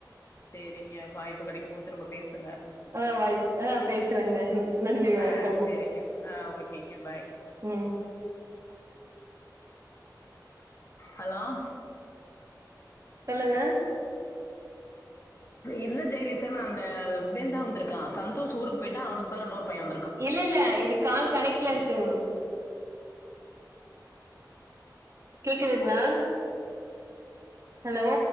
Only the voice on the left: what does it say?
சேரிங்க வாய்ப்பு கெடைக்கும் போது திரும்ப பேசுங்க
ஆ சேரிங்க ஆ ஓகேங்க பாய் <inaudible>
ஹலோ <inaudible>
இல்ல ஜெகதீசன் ந அந்த இவன் தா வந்திருக்கான் சந்தோஷ் ஊருக்கு போயிட்டான் அவனுக்கு அப்பர இன்னோர் பையே வந்து